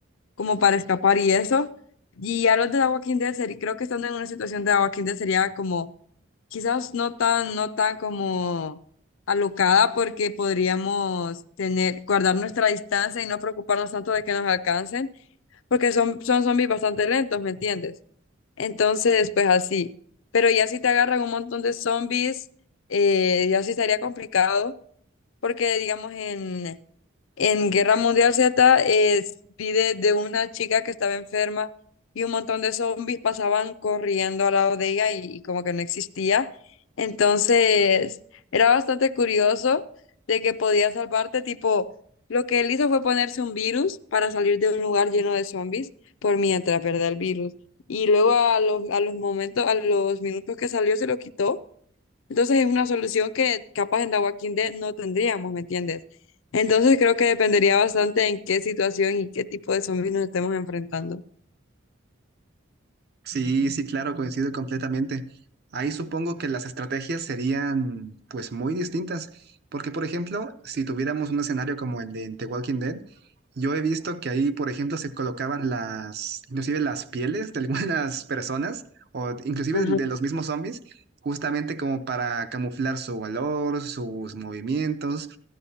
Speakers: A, on the left; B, on the right.
A: como para escapar y eso. Y a los de The Walking Dead, seri- creo que estando en una situación de The Walking Dead sería como, quizás no tan, no tan como alocada porque podríamos tener, guardar nuestra distancia y no preocuparnos tanto de que nos alcancen, porque son, son zombies bastante lentos, ¿me entiendes? Entonces, pues así. Pero ya si te agarran un montón de zombies, eh, ya sí estaría complicado, porque digamos en... En Guerra Mundial Z eh, vi de, de una chica que estaba enferma y un montón de zombies pasaban corriendo al lado de ella y, y como que no existía. Entonces era bastante curioso de que podía salvarte. Tipo, lo que él hizo fue ponerse un virus para salir de un lugar lleno de zombies por mientras, ¿verdad? El virus. Y luego a los, a los momentos, a los minutos que salió, se lo quitó entonces es una solución que capaz en The Walking Dead no tendríamos, ¿me entiendes? Entonces creo que dependería bastante en qué situación y qué tipo de zombies nos estemos enfrentando.
B: Sí, sí, claro, coincido completamente. Ahí supongo que las estrategias serían pues muy distintas, porque por ejemplo, si tuviéramos un escenario como el de The Walking Dead, yo he visto que ahí, por ejemplo, se colocaban las, inclusive las pieles de algunas <laughs> personas, o inclusive
A: Ajá.
B: de, de los mismos zombies, justamente como para camuflar su valor, sus movimientos.